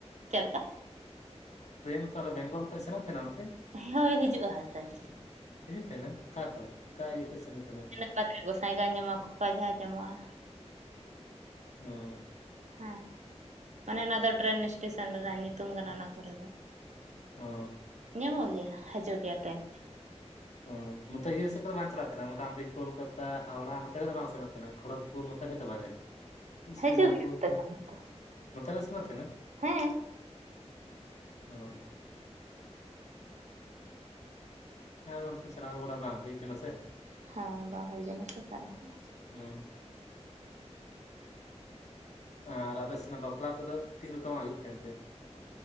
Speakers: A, on the right; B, on the left.
A: ᱪᱮᱫ ᱞᱮᱠᱟ?
B: ᱴᱮᱨᱮᱱ ᱠᱚ ᱵᱮᱝᱜᱚᱞ ᱠᱷᱚᱱ ᱥᱮᱱᱚᱜ ᱛᱟᱦᱮᱱᱟ ᱚᱱᱛᱮ
A: ᱦᱳᱭ ᱦᱤᱡᱩᱜᱼᱟ ᱴᱮᱨᱮᱱ᱾
B: ᱦᱤᱡᱩᱜ ᱛᱟᱦᱮᱱᱟ ᱟᱠᱟ ᱠᱷᱚᱡ ᱟᱠᱟ ᱤᱭᱟᱹ ᱠᱷᱟᱱ ᱥᱮᱱᱟᱜ ᱛᱟᱦᱮᱱᱟ?
A: ᱚᱠᱟ ᱫᱚ ᱜᱚᱸᱥᱟᱭ ᱜᱟᱸ ᱧᱟᱢᱚᱜᱼᱟ ᱠᱚᱠᱲᱟ ᱡᱟᱨ ᱧᱟᱢᱚᱜᱼᱟ᱾
B: ᱦᱮᱸ
A: ᱦᱮᱸ ᱢᱟᱱᱮ ᱚᱱᱟ ᱫᱚ ᱴᱮᱨᱮᱱ ᱮᱥᱴᱮᱥᱚᱱ ᱨᱮᱱᱟᱜ ᱧᱩᱛᱩᱢ ᱠᱟᱱᱟ ᱚᱱᱟ ᱠᱚᱨᱮ ᱫᱚ᱾
B: ᱦᱚᱸ
A: ᱧᱟᱢᱚᱜ ᱜᱮᱭᱟ ᱦᱤᱡᱩᱜ ᱜᱮᱭᱟ ᱴᱮᱨᱮᱱ᱾
B: ᱚᱸ ᱱᱚᱛᱮ ᱤᱭᱟᱹ ᱥᱮᱫ ᱫᱚ ᱵᱟᱝ ᱪᱟᱞᱟᱜ ᱛᱟᱦᱮᱱᱟ ᱢᱚᱴᱟᱢᱴᱤ ᱠᱳᱞᱠᱟᱛᱟ ᱦᱟᱣᱲᱟ ᱱᱚᱛᱮ ᱠᱷᱚᱡ ᱫᱚ ᱵᱟᱝ ᱥᱮᱱᱚᱜ ᱛᱟᱦᱮᱱᱟ ᱠᱷᱚᱲᱚᱜᱯᱩᱨ ᱱᱚᱛᱮ ᱠᱷᱚᱡ ᱫᱚ ᱵᱟᱝ ᱡᱟᱱᱤᱡ᱾ ᱥᱤᱨᱤ
A: ᱦᱤᱡᱩᱜ
B: ᱨᱟᱢᱯᱩᱨ
A: ᱜᱮᱭᱟ ᱚᱱᱛᱮ
B: ᱠᱚ,
A: ᱠᱷᱚᱱ ᱦᱚᱸᱛᱚ
B: ᱱᱚᱛ ᱞᱮ ᱥᱮᱱᱚᱜ ᱛᱟᱦᱮᱱᱟ
A: ᱦᱮᱸ
B: ᱚᱸ ᱦᱮᱸ ᱟᱫᱚ ᱚᱱᱛᱮ ᱪᱟᱞᱟᱣ ᱵᱟᱲᱟ ᱵᱟᱝ ᱦᱩᱭ ᱠᱟᱱᱟ ᱥᱮ᱾
A: ᱦᱮᱸ ᱵᱟᱝ ᱦᱩᱭ ᱥᱮ ᱚᱠᱟ ᱨᱮᱦᱚᱸ ᱦᱩ
B: ᱦᱮᱸ ᱟᱨ ᱟᱯᱮ ᱥᱮᱱᱟᱜ ᱵᱟᱯᱞᱟ ᱠᱚᱫᱚ ᱛᱤᱱ ᱨᱚᱠᱚᱢᱟᱜ ᱦᱩᱭᱩᱜ ᱛᱟᱦᱮᱸᱱ ᱛᱮ?